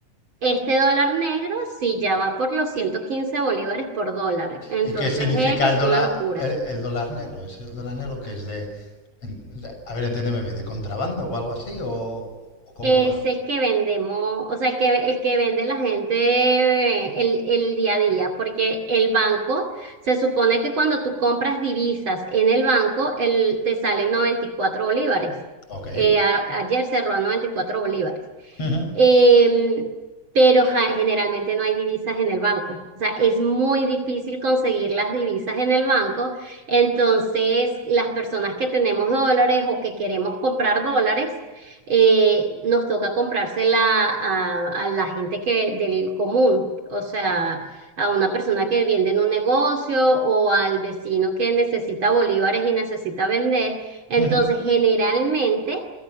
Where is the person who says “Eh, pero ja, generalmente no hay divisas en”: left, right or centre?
Right